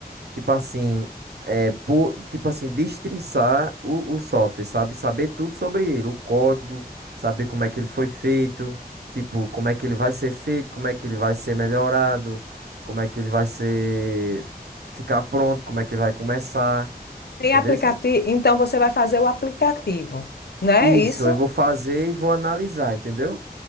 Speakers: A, on the right; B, on the left.
A: Tipo assim, é, por, tipo assim, destrinçar o, o software, sabe? Saber tudo sobre ele, o código, saber como é que ele foi feito, tipo, como é que ele vai ser feito, como é que ele vai ser melhorado, como é que ele vai ser, ficar pronto, como é que ele vai começar,
B: Tem
A: entendeu?
B: aplicativo, então você vai fazer o aplicativo, né?
A: Isso,
B: Isso?
A: eu vou fazer e vou analisar, entendeu?